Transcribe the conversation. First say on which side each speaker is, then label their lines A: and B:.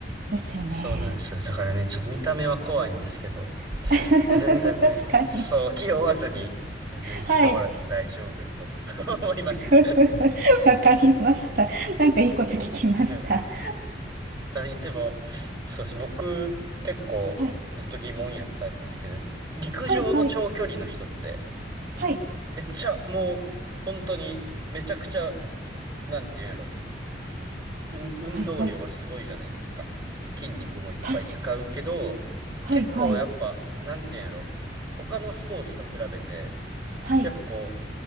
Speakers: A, on the right; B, on the right.
A: ですよね。
B: そうなんですよ。だからね、ちょっと見た目は怖いんですけど、
A: <laughs> 確かに。
B: まあ、全然ね、そう、気負わずに、全然行ってもらって大丈夫やと
A: はい。
B: <laughs> 思います。
A: <laughs> わかりました。
B: はい。
A: なんかいいこと聞きました。
B: はい。
A: <laughs>
B: ただ言っても、そうです。僕、結構ずっと疑問やったんですけど、
A: はい。
B: 陸上の長距離の人って、
A: はい、はい。はい。
B: めっちゃもう、本当に、めちゃくちゃ、なんていうんやろ運運動量はすごいじゃないですか。
A: はい、はい。
B: で筋肉もいっぱい使うけど、
A: 確か、はい、
B: 結構やっぱ、
A: はい。
B: なんていうんやろ、他のスポーツと比べて、
A: はい。
B: やっぱこう、